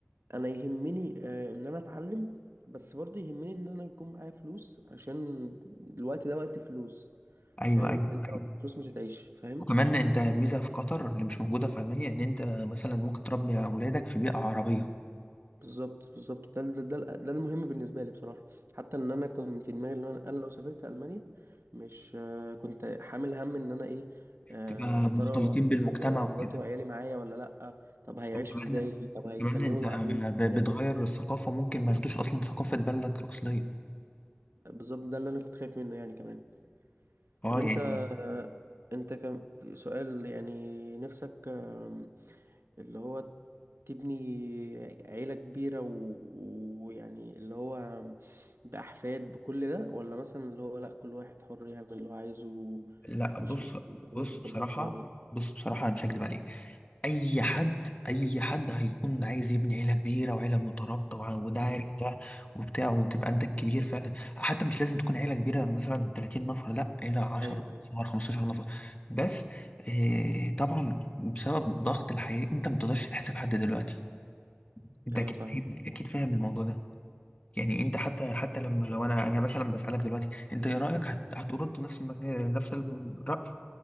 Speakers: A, on the right (about 85°); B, on the left (about 35°).
A: انا يهمني آه، ان انا اتعلم بس برضه يهمني ان انا يكون معايا فلوس عشان الوقت ده وقت فلوس
B: ايوه
A: فاهم
B: ايوه
A: انت
B: ايوه
A: لو معاك فلوس مش هتعيش فاهم
B: وكمان انت ميزه في قطر اللي مش موجوده في المانيا ان انت مثلا ممكن تربي اولادك في بيئه عربيه
A: بالظبط بالظبط ده ده, ده ده المهم بالنسبه لي بصراحه حتى ان انا كنت في دماغي ان انا أنا لو سافرت المانيا مش آه، كنت حامل هم ان انا ايه آه،
B: تبقى
A: يا ترى
B: مختلطين
A: هاخد
B: بالمجتمع
A: آه،
B: وكده
A: مراتي وعيالي معايا ولا لا طب هيعيشوا
B: وكمان
A: ازاي طب هيتكلموا
B: كمان انت
A: مع مين
B: ب-
A: كده
B: بتغير الثقافه ممكن ما ياخدوش اصلا ثقافه بلدك الاصليه
A: بالظبط ده اللي انا كنت خايف منه يعني كمان
B: اه
A: طب انت
B: يعني
A: انت كان في سؤال يعني نفسك آم، اللي هو تبني عيلة كبيرة و- ويعني اللي هو بأحفاد بكل ده ولا مثلا اللي هو لأ كل واحد حر يعمل اللي هو عايزه
B: لا
A: مش
B: بص
A: مش مش
B: بص
A: مرتبطين
B: بصراحة
A: ببعض يعني
B: بص بصراحة أنا مش هكدب عليك أي حد أي حد هيكون عايز يبني عيلة كبيرة وعيلة مترابطة وع- وده عارف
A: مم.
B: ده وبتاع وتبقى أنت الكبير فعلا حتى مش لازم تكون عيلة كبيرة مثلا 30 نفر لا عيلة 10
A: أيوه أيوه
B: نفر 15 نفر بس آه طبعا بسبب ضغط الحياة أنت ما تقدرش تحاسب حد دلوقتي أنت
A: أيوه
B: أكيد
A: فاهمك
B: فاهم
A: فاهمك.
B: أكيد فاهم الموضوع ده يعني انت حتى حتى لما لو انا انا مثلا بسألك دلوقتي انت ايه رأيك هت... هترد نفس المج... نفس الرأي